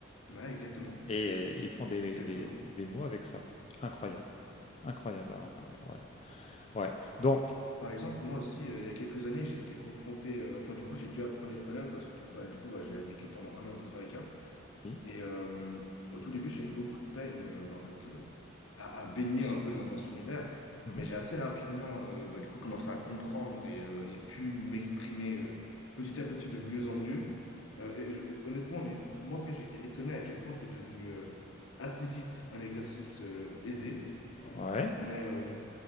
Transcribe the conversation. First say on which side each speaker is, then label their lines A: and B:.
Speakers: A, on the left (about 80°); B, on the left (about 30°).
A: ouais, exactement,
B: et euh, ils font des,
A: exactement.
B: des- des mots avec ça. C'est incroyable, incroyable à entendre. Ouais. Ouais. Donc
A: Par exemple, moi aussi, euh, il y a quelques années, j'ai été confronté, euh, enfin du coup j'ai dû apprendre l'espagnol parce que du coup, bah, du coup bah, j'ai vécu pendant un an au Costa Rica.
B: oui.
A: Et euh, au tout début, j'avais beaucoup de peine euh, bah, en fait, euh, à, à baigner un peu dans, dans cet univers.
B: Mhm.
A: Mais j'ai assez rapidement euh, bah, du coup, commencé à comprendre et, euh, et pu m'exprimer euh, petit à petit de mieux en mieux. Euh, et je- et honnêtement, les- moi, en tout cas, j'ai été étonné à quel point c'est devenu euh, assez vite un exercice euh, aisé.
B: Ouais.
A: Mais, euh,